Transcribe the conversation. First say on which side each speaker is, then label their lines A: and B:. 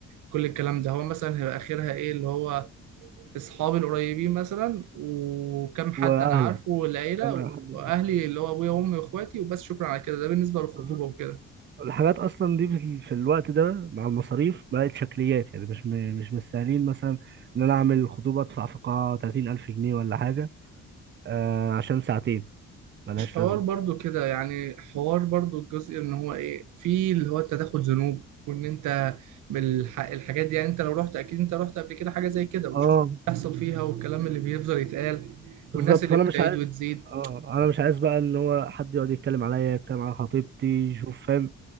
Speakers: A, on the right; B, on the right.
A: كل الكلام ده هو مثلا هيبقى اخرها ايه اللي هو اصحابي القريبين مثلا وكم حد
B: واهلا
A: انا عارفه والعيله
B: كمان حد
A: واهلي اللي هو ابويا وامي واخواتي وبس شكرا على كده ده بالنسبه للخطوبه
B: اه
A: وكده
B: الحاجات اصلا دي في ال- في الوقت ده مع المصاريف بقت شكليات يعني مش م- مش مستاهلين مثلا ان انا اعمل الخطوبه ادفع في قاعه 30000 جنيه ولا حاجه آه عشان ساعتين ملهاش
A: مش حوار
B: لازمه
A: برضو كده يعني حوار برضو الجزء ان هو ايه في اللي هو انت تاخد ذنوب وان انت بالح... الحاجات دي يعني انت لو رحت اكيد انت رحت قبل كده حاجه زي كده وشفت
B: اه
A: اللي بيحصل فيها والكلام اللي بيفضل يتقال والناس
B: بالظبط
A: اللي
B: فانا
A: بتعيد
B: مش عايز
A: وتزيد
B: اه انا مش عايز بقى ان هو حد يقعد يتكلم عليا يتكلم على خطيبتي يشوف فاهم